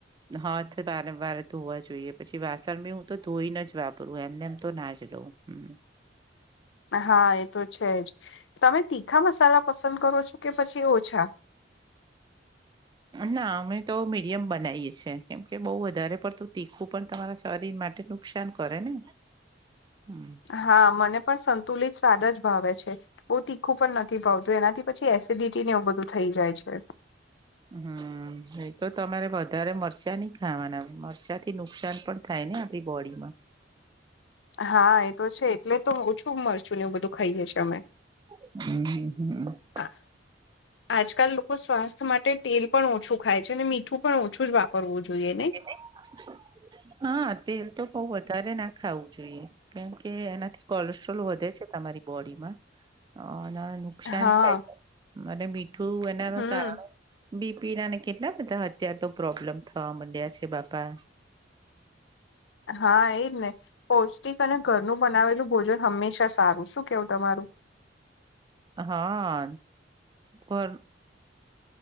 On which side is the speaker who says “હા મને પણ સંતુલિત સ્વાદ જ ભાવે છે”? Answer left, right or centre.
Left